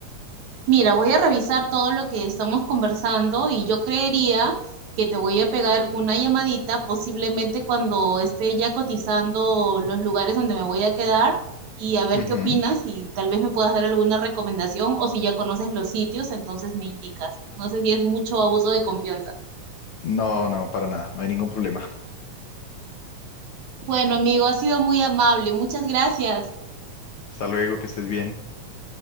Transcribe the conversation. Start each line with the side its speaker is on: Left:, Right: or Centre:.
Right: Mira, voy a revisar todo lo que estamos conversando y yo creería que te voy a pegar una llamadita, posiblemente cuando esté ya cotizando los lugares donde me voy a quedar y a ver
Left: Ujú.
Right: qué opinas y tal vez me puedas dar alguna recomendación o si ya conoces los sitios, entonces me indicas. No sé si es mucho abuso de confianza.
Left: No, no, para nada, no hay ningún problema.
Right: Bueno, amigo, ha sido muy amable. Muchas gracias.
Left: Hasta luego, que estés bien.